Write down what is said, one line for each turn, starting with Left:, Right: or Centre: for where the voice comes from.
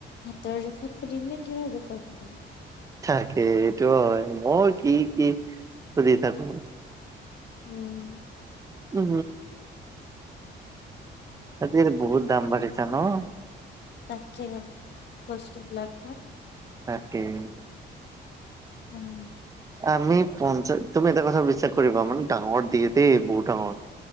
Left: হাতৰ জোখত সুধিম নে কি জোখত সুধিম।
Right: থাকে এইটো হয় মই কি কি সুধি থাকো।
Left: <inaudible>
Right: উ আজি বহুত দাম বাঢ়িছ ন'।
Left: তাকে বস্তুবিলাক
Right: তাকেই।
Left: উম
Right: আমি পঞ্চ, তুমি এটা কথা বিশ্বাস কৰিবা মানে ডাঙৰ দিয়ে দেই বহুত ডাঙৰ।